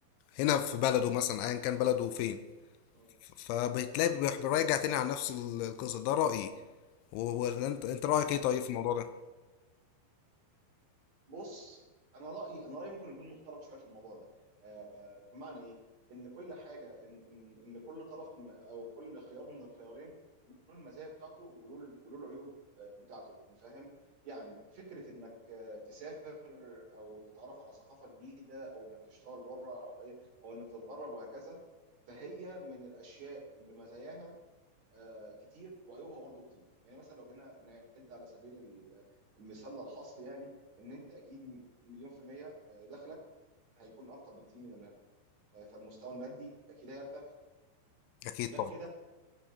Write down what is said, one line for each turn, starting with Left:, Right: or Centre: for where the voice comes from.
Left: هنا في بلده مثلا ايا كان بلده فين
Right: مم.
Left: فبتلاقي
Right: مم.
Left: بيح- بيراجع تاني على نفس القصه ده رايي ولا انت انت رايك ايه طيب
Right: طيب
Left: في الموضوع ده
Right: بص انا رايي انا رايي ممكن يكون مختلط شويه في الموضوع ده آه، بمعنى ايه ان كل حاجه ان ان ان كل طرف م- او كل خيار من الخيارين له المزايا بتاعته وله ال- وله العيوب بتاعته يعني فاهم يعني فكره انك آه، تسافر او تتعرف على ثقافه جديده او انك تشتغل بره او ايه او انك تتغرب وهكذا فهي من الاشياء اللي مزاياها آه، كتير وعيوبها برضو كتير يعني مثلا لو جينا نعد على سبيل ال- المثال للحصر يعني ان انت اكيد مليون في المية آه، دخلك هيكون اكتر بكتير من الهرم آه، فالمستوى المادي اكيد هيرتفع
Left: اكيد
Right: غير
Left: طبعا
Right: كده